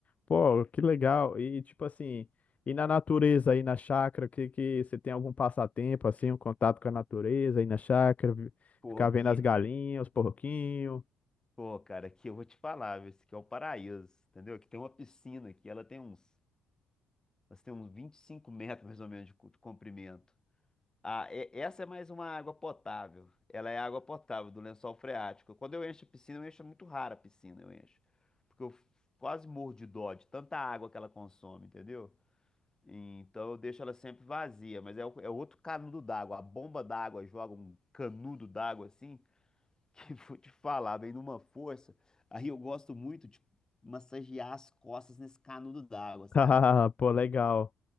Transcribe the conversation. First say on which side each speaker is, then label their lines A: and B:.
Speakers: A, on the left; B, on the left.
A: Pô, que legal. E tipo assim, e na natureza aí na chácara, que que você tem algum passatempo assim, um contato com a natureza aí na chácara, vi-
B: Pô,
A: ficar
B: aqui,
A: vendo as galinhas, os porquinhos?
B: pô, cara, aqui eu vou te falar, viu? Esse aqui é o paraíso, entendeu? Aqui tem uma piscina aqui, ela tem uns, ela tem uns 25 metros mais ou menos de cu- comprimento. Ah, e- essa é mais uma água potável. Ela é água potável do lençol freático. Quando eu encho a piscina, eu encho é muito rara a piscina, eu encho. Porque eu quase morro de dó de tanta água que ela consome, entendeu? Então eu deixo ela sempre vazia, mas é, o- é outro canudo d'água. A bomba d'água joga um canudo d'água assim, que <laughs> vou te falar, vem numa força. Aí eu gosto muito de massagear as costas nesse canudo d'água, sabe?
A: <laughs> Ah, pô, legal.